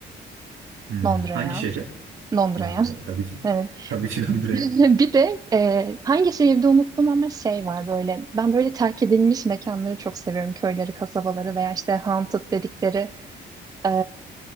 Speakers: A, on the right; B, on the right.
A: Hmm.
B: Londra'ya.
A: Hangi şehre?
B: Londra'ya.
A: Londra'ya tabii ki.
B: Evet.
A: Tabii ki Londra'ya.
B: <laughs> Bir de e, hangi şehirde unuttum ama şey var böyle. Ben böyle terk edilmiş mekanları çok seviyorum. Köyleri, kasabaları veya işte haunted dedikleri e,